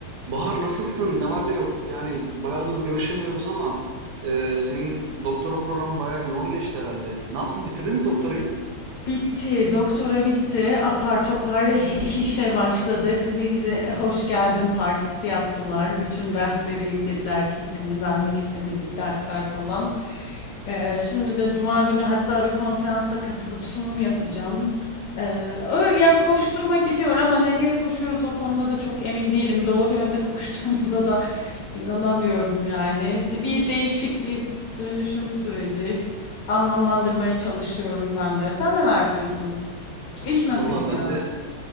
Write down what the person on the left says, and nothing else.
Bitti, doktora bitti. Apar topar <laughs> işe başladık. Bize hoş geldin partisi yaptılar. Bütün dersleri yüklediler kimsenin vermek istemediği dersler falan. Ee, şimdi de Cuma günü hatta bir konferansa katılıp sunum yapacağım. Ee, öyle ya koşturma gidiyor ama nereye koşuyoruz o konuda da çok emin değilim. Doğru yönde <laughs> koştuğumuza da inanamıyorum yani. Bir değişik bir dönüşüm süreci. Anlamlandırmaya çalışıyorum ben de. Sen neler yapıyorsun? İş nasıl
gidiyor?